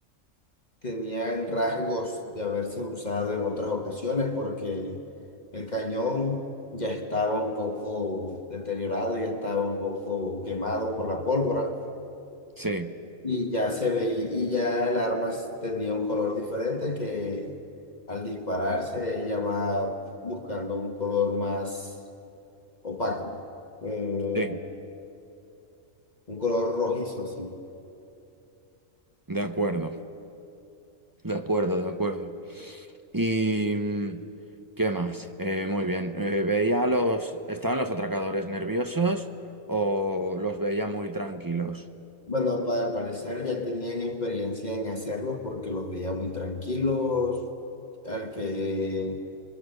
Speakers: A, on the left (about 35°); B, on the right (about 20°).
A: tenían rasgos de haberse usado en otras ocasiones porque el cañón ya estaba un poco deteriorado, ya estaba un poco quemado por la pólvora
B: Sí,
A: y ya se veía, y ya el arma tenía un color diferente que al dispararse ella va buscando un color más opaco, ¿no? Eh,
B: sí,
A: un color rojizo, sí
B: de acuerdo, de acuerdo, de acuerdo. ¿Y mm, qué más? Eh, muy bien. Eh, veía a los... ¿Estaban los atracadores nerviosos o los veía muy tranquilos?
A: Bueno, pa- al parecer ya tenían experiencia en hacerlos porque los veía muy tranquilos, al que